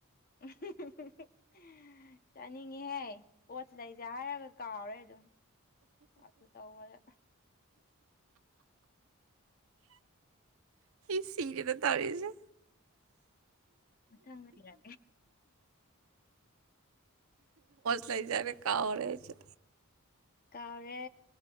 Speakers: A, on the left (about 45°); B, on the right (about 75°).
A: ꯎ <unintelligible> ꯆꯥꯅꯤꯡꯉꯤꯍꯦ ꯑꯣꯠ ꯂꯩꯁꯦ ꯍꯥꯏꯔꯒ ꯀꯥꯎꯔꯦ ꯑꯗꯨꯝ ꯁꯨ ꯇꯧ ꯍꯥꯏ
B: ꯁꯤꯔꯦꯗ ꯇꯥꯔꯁꯦ
A: ꯃꯊꯪ ꯌꯥꯔꯦ
B: ꯂꯩꯖꯔꯦ ꯀꯥꯥꯎꯔꯦ ꯆ
A: ꯀꯥꯎꯔꯦ